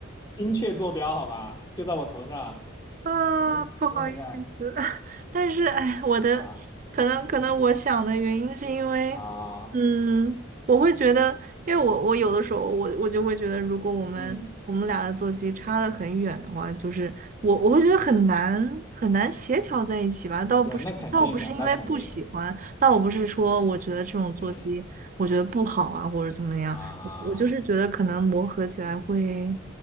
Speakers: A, on the left; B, on the right.
A: 精确坐标，好吧？就在我头上，
B: 啊，
A: 怎么怎么回事儿
B: 不好意思，<laughs> 但是哎，我的可能可能我想的原因是因为，
A: 啊？啊，
B: 嗯，我会觉得，因为我我有的时候我我就会觉得，如果我们我们俩的作息差的很远的话，
A: 嗯
B: 就是我我会觉得很难很难协调在一起吧。倒不是倒不是因为不喜欢，
A: 嗯对，那肯定的，那肯定的。
B: 倒不是说我觉得这种作息我觉得不好啊，
A: 嗯
B: 或者怎么样，
A: 啊，
B: 我就是觉得可能磨合起来会